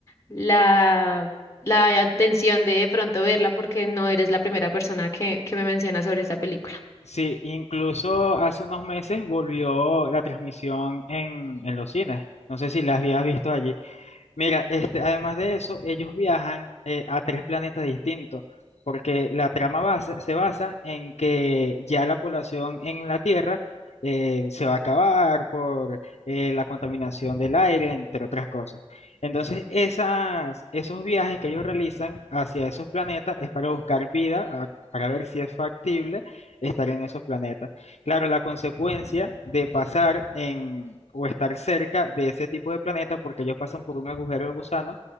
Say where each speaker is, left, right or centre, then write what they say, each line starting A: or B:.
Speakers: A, on the left (about 25°); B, on the left (about 75°).
A: la, la atención de de pronto verla porque no eres la primera persona que, que me menciona sobre esta película.
B: Sí, incluso hace unos meses volvió la transmisión en, en los cines. No sé si la habías visto allí. Mira, este, además de eso, ellos viajan eh, a tres planetas distintos, porque la trama base- se basa en que ya la población en la Tierra eh, se va a acabar por eh, la contaminación del aire, entre otras cosas. Entonces, esas, esos viajes que ellos realizan hacia esos planetas es para buscar vida, a- para ver si es factible estar en esos planetas. Claro, la consecuencia de pasar en o estar cerca de ese tipo de planetas, porque ellos pasan por un agujero de gusano,